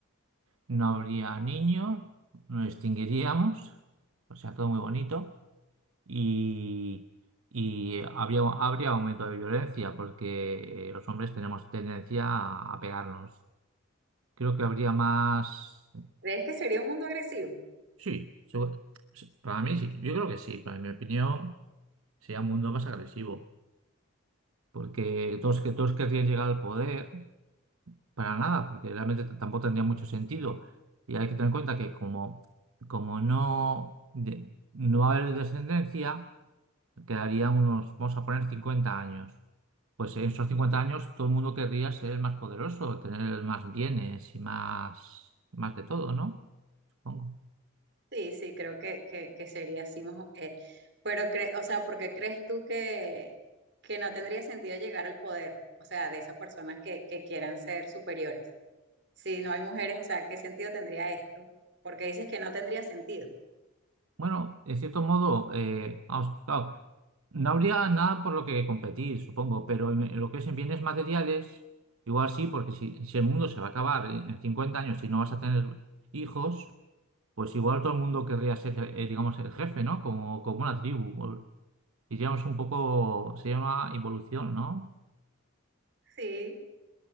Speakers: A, on the right; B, on the right.
A: no habría niños, nos extinguiríamos, o sea, todo muy bonito, y, y habría, habría aumento de violencia, porque los hombres tenemos tendencia a, a pegarnos. Creo que habría más...
B: ¿Crees que sería un mundo agresivo?
A: Sí, segu- para mí sí, yo creo que sí, para mi opinión. sería un mundo más agresivo, porque todos, que todos querrían llegar al poder para nada, porque realmente t- tampoco tendría mucho sentido. Y hay que tener en cuenta que como, como no, de- no va a haber descendencia, quedaría unos, vamos a poner 50 años. Pues en esos 50 años todo el mundo querría ser el más poderoso, tener más bienes y más, más de todo, ¿no? Supongo.
B: Sí, sí, creo que, que, que sería así. más o- eh, pero, cre- o sea, ¿por qué crees tú que, que no tendría sentido llegar al poder? O sea, de esas personas que, que quieran ser superiores. Si no hay mujeres, o sea, ¿qué sentido tendría esto? Porque dices que no tendría sentido.
A: Bueno, en cierto modo, eh, vamos, claro, no habría nada por lo que competir, supongo, pero en, en lo que es en bienes materiales, igual sí, porque si, si el mundo se va a acabar en en 50 años y no vas a tener hijos, pues igual todo el mundo querría ser, eh, digamos, el jefe, ¿no? Como, como una tribu. o- Diríamos un poco, sería una evolución, ¿no?
B: Sí.